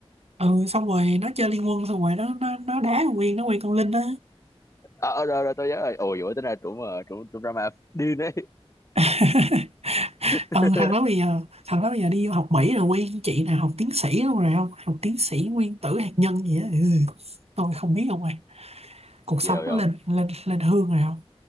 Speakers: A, on the right; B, on the left.
A: ừ xong rồi nó chơi Liên Quân xong rồi nó nó nó đá con Nguyên nó quen con Linh đó
B: ờ à, rồi rồi tao nhớ rồi ôi dồi ôi tính ra trụ mà trụ trụ drama điên đấy
A: <laughs>
B: <laughs>
A: ừ thằng đó bây giờ thằng đó bây giờ đi học Mỹ rồi quen chị nào học tiến sĩ luôn rồi không học tiến sĩ nguyên tử hạt nhân gì á ừ. tôi không biết không ơi cuộc sống
B: ghê
A: nó
B: không
A: lên lên lên hương rồi không